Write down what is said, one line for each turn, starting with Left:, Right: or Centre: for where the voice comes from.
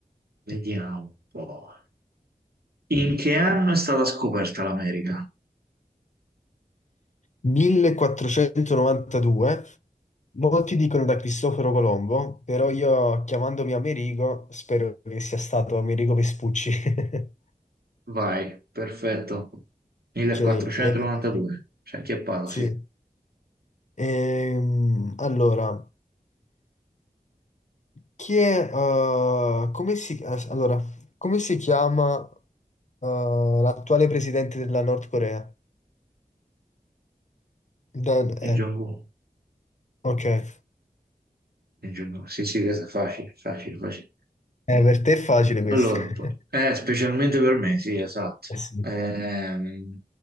Right: vediamo
Left: <laughs>
Right: un po'. In che anno è stata scoperta l'America?
Left: 1492, molti dicono da Cristoforo Colombo, però io chiamandomi Amerigo spero che sia stato Amerigo Vespucci. <laughs>
Right: Vai, perfetto. 1492.
Left: Ok, eh,
Right: C'è anche a Paolo,
Left: sì.
Right: sì.
Left: Ehm, allora, chi è, eh, come si, as- allora, come si chiama, eh, l'attuale presidente della Nord Corea? Dan-
Right: Kim
Left: eh,
Right: Jong-un.
Left: ok, Eh,
Right: Il giorno- Sì, sì, questo è facile, facile, facile.
Left: per te è facile questo.
Right: Allora, poi-
Left: <laughs>
Right: eh, specialmente per me, sì, esatto.
Left: Eh sì.
Right: Ehm,